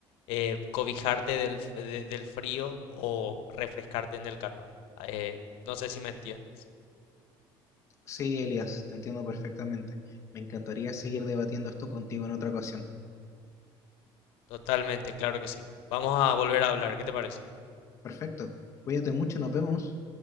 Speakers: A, on the left; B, on the left.
A: eh, cobijarte del, f- de- del frío o refrescarte en el calor. Eh, no sé si me entiendes.
B: Sí, Elias, te entiendo perfectamente. Me encantaría seguir debatiendo esto contigo en otra ocasión.
A: Totalmente, claro que sí. Vamos a volver a hablar, ¿qué te parece?
B: Perfecto. Cuídate mucho, nos vemos.